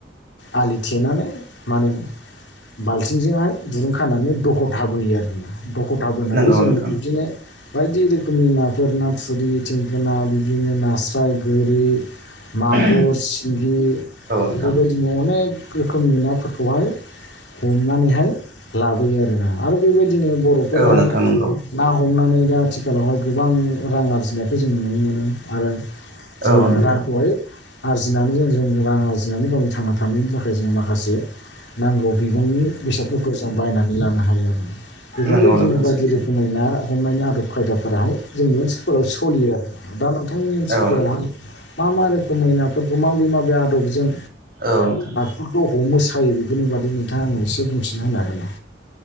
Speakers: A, on the left; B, on the right.
A: आलि थेनानै माने बाल्थिंजोंहाय दुरुं खानानै दख'थाबोयो आरोना दख'था बोनानै
B: नंगौ
A: जोङो
B: नोंथां
A: बिब्दिनो बायदि रोखोमनि नाफोर ना थुरि थेंगोना बिदिनो नास्राय गोरि मागुर
B: औ
A: सिंगि
B: नोंथां
A: बेबायदिनो अनेक रोखोमनि नाफोरखौहाय हमनानैहाय लाबोयो आरो ना आरो बेबायदिनो बर'फोराहाय
B: औ नोंथां नंगौ
A: ना हमनानै दा आथिखालावहाय गोबां रां आरजिनायखौ जों नुनो मोनो आरो जोङो
B: औ नोंथां
A: रांखौहाय आरजिनानै जों जोंनि रां आरजिनानै गावनि थांना थानायनि थाखाय जोङो माखासे नांगौ बिबुंनि बेसादफोरखौ जों बायनानै लानो हायो। बेफोरबायदिनो
B: नंगौ नोंथां
A: बायदि
B: सैथो
A: रोखोमै ना हमनायनि आदब खायदाफोराहाय जोंनि ओनसोलफोराव सलियो आरो। दा नोंथांनि ओनसोलफोरावहाय
B: औ नोंथां
A: मा मा रोखोमै नाफोरखौ माबे माबे आदबजों
B: औ नोंथां
A: बेफोरखौ हमो सायो बेफोरनि बादि नोंथाङा आंनो एसे बुंथिनो होनो हागोन ना